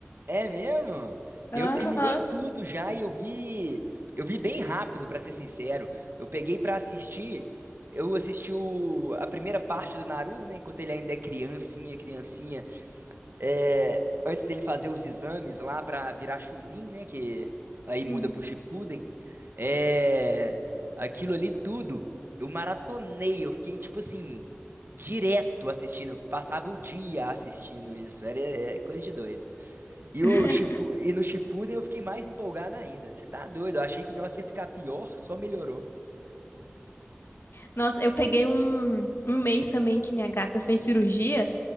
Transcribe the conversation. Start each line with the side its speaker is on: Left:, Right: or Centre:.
Right: É mesmo?
Left: Aham.
Right: Eu terminei tudo já e eu vi, eu vi bem rápido, pra ser sincero. Eu peguei pra assistir, eu assisti o- a primeira parte do Naruto, né, enquanto ele ainda é criancinha, criancinha. É, antes dele fazer os exames lá pra virar Chunin, né? Que aí muda
Left: Hum.
Right: pro Shippuden. É, aquilo ali tudo, eu maratonei. Eu fiquei, tipo assim, direto assistindo. Passava o dia assistindo isso. Era é, é coisa de doido. E,
Left: <laughs>
Right: o Shippu- e no Shippuden eu fiquei mais empolgado ainda. Você tá doido? Eu achei que o negócio ia ficar pior, só melhorou.
Left: Nossa, eu peguei um, um mês também que minha gata fez cirurgia,